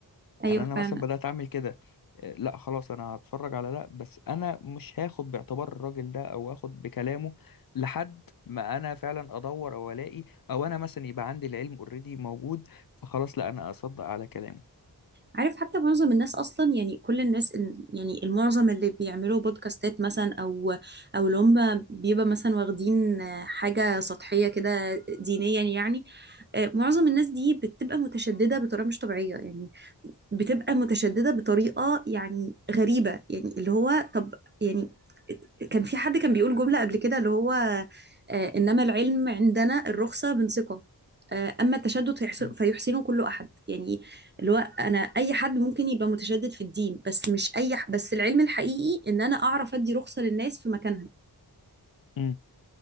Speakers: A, on the right; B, on the left.
A: أيوه
B: يعني انا
A: فعلا
B: مثلا بدات اعمل كده آه، لا خلاص انا هتفرج على ده بس انا مش هاخد باعتبار الراجل ده او هاخد بكلامه لحد ما انا فعلا ادور او الاقي او انا مثلا يبقى عندي العلم اوريدي موجود فخلاص لا انا اصدق على كلامه
A: عارف حتى معظم الناس اصلا يعني كل الناس ال- يعني المعظم اللي بيعملوا بودكاستات مثلا او او اللي هم بيبقى مثلا واخدين آه، حاجه سطحيه كده دينيا يعني آه، معظم الناس دي بتبقى متشدده بطريقه مش طبيعيه يعني بتبقى متشددة بطريقة يعني غريبة يعني اللي هو طب يعني كان في حد كان بيقول جملة قبل كده اللي هو آه، إنما العلم عندنا الرخصة من ثقة آه، أما التشدد فيحسن-
B: مم.
A: فيحسنه كل أحد يعني اللي هو أنا أي حد ممكن يبقى متشدد في الدين بس مش أي ح- بس العلم الحقيقي إن أنا أعرف أدي رخصة للناس في مكانها
B: مم.